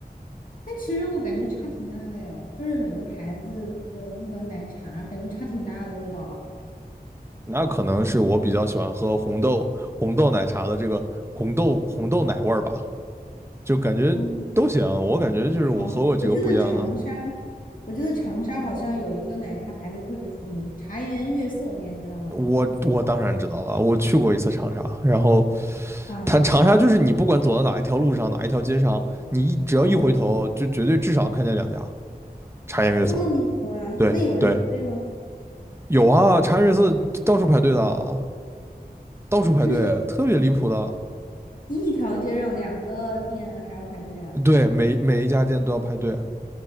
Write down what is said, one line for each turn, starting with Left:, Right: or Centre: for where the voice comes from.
Left: 但其实我感觉差挺大的诶，就是每个牌子的那个奶茶，感觉差挺大的味道。
Right: 那可能是我比较喜欢喝红豆红豆奶茶的这个红豆红豆奶味儿吧，就感觉都行。
Left: 嗯，
Right: 我感觉就是我喝过几个不一样的，
Left: 长，我记得长沙，我记得长沙好像有一个奶茶牌子特别出名，茶颜悦色，你还知道吗？
Right: 我我当然知道了，我去过一次长沙，然后
Left: 啊，
Right: 它长沙就是你不管走到哪一条路上，哪一条街上，你一只要一回头，
Left: 嗯，
Right: 就绝对至少看见两家茶颜悦色。
Left: 这么离谱啊？
Right: 对对，
Left: 那有人排队吗？
Right: 有啊，茶颜悦色到处排队的，到处排队，
Left: 可是一
Right: 特别离谱的。
Left: 一条街上两个店还要排队啊，
Right: 对，每每一家店都要排队，